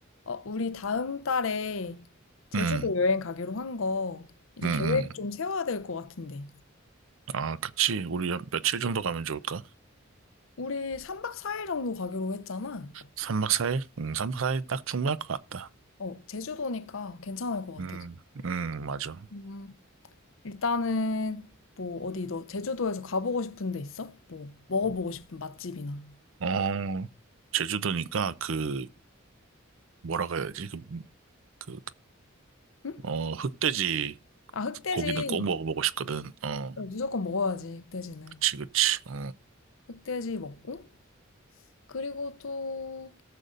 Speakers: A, on the left (about 65°); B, on the right (about 65°).
A: 어, 우리 다음 달에 제주도
B: 음,
A: 여행 가기로 한 거, 이제
B: 음,
A: 계획
B: 음.
A: 좀 세워야 될 것 같은데.
B: 아, 그치. 우리 한 며칠 정도 가면 좋을까?
A: 우리 3박 4일 정도 가기로 했잖아.
B: 3박 4일? 음, 3박 4일 딱 충분할 것 같다.
A: 어, 제주도니까 괜찮을 것 같아서.
B: 음, 음, 맞아.
A: 음, 일단은, 뭐, 어디 너 제주도에서 가보고 싶은 데 있어? 뭐, 먹어보고 싶은 맛집이나.
B: 어, 제주도니까 그, 뭐라고 해야지? 그, 그,
A: 응?
B: 어, 흑돼지
A: 아, 흑돼지.
B: 고기는 꼭 먹어보고 싶거든. 어,
A: 어, 무조건 먹어야지, 흑돼지는.
B: 그치, 그치. 어,
A: 흑돼지 먹고. 그리고 또,